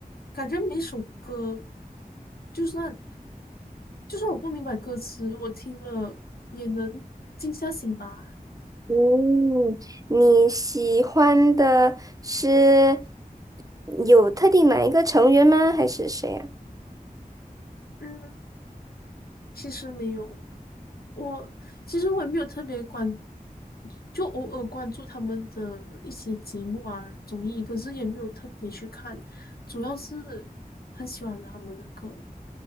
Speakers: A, on the left; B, on the right.
A: 感觉每首歌，就算就算我不明白歌词，我听了也能静下心吧。
B: 嗯，你喜欢的是有特定哪一个成员吗？还是谁呀、
A: 嗯，其实没有，我其实我也没有特别关，就偶尔关注他们的一些节目啊、综艺，可是也没有特别去看，主要是很喜欢他们的歌，